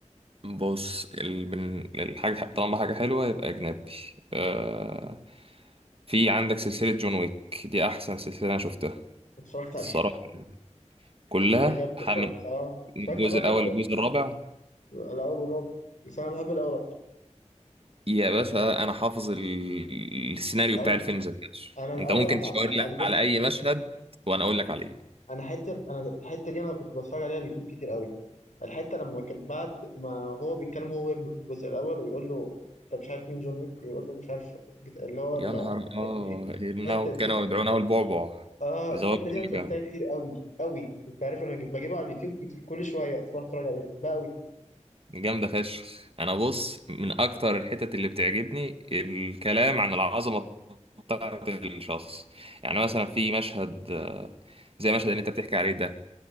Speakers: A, on the right; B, on the left.
A: بص ال... من الحاجة طالما حاجة حلوة يبقى أجنبي آه... في عندك سلسلة جون ويك دي أحسن سلسلة أنا شفتها
B: اتفرجت عليها
A: الصراحة كلها
B: بس هي جامده
A: ح-
B: الصراحه
A: من
B: اه
A: الجزء
B: اتفرجت على الرابع
A: الأول
B: بتاعي،
A: للجزء الرابع
B: الاول والرابع بس انا بحب الاول اكتر
A: يا باشا أنا حافظ ال... السيناريو
B: اول
A: بتاع الفيلم ذات نفسه
B: انا الاول
A: أنت ممكن
B: انا
A: تشاور لي
B: انا بص
A: على أي مشهد وأنا أقول لك عليه
B: انا حته انا الحته دي انا كنت بتفرج عليها على اليوتيوب كتير قوي الحته لما كان بعد ما هو بيتكلم هو وابنه في الجزء الاول ويقول له انت مش عارف مين جون ويك ويقول له مش عارف بت- اللي هو
A: يا
B: ال- مش
A: نهار آه
B: عارف ايه
A: إنه
B: الحته دي
A: كانوا يدعونه البعبع
B: اه
A: زواج
B: الحته دي
A: النجا
B: انا شفتها كتير قوي قوي انت عارف انا جيب- بجيبها على اليوتيوب كنت كل شويه تروح اتفرج عليها بحبها قوي
A: جامدة فشخ أنا بص من أكتر الحتت اللي بتعجبني الكلام عن العظمة بتاعت الشخص يعني مثلا في مشهد آه، زي المشهد اللي أنت بتحكي عليه ده